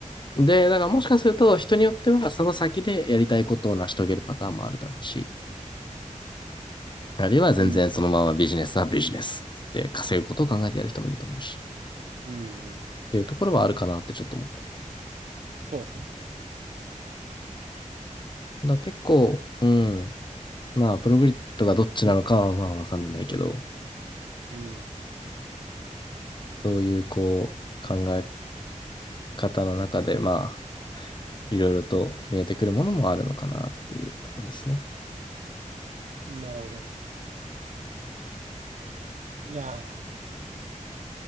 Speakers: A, on the left; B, on the right.
A: で、だからもしかすると人によってはその先でやりたいことを成し遂げるパターンもあるだろうし、あるいは全然そのままビジネスはビジネスって稼ぐことを考えてやる人もいると思うし、
B: うんうんうん
A: っていうところはあるかなってちょっと思った。
B: そうですね
A: だから結構、
B: いや
A: うん、まあ、プログリッドがどっちなのかはまあわかんないけど、
B: うん
A: そういうこう、考え方の中で、まあ、いろいろと見えてくるものもあるのかなっていうところですね。
B: なるほどいや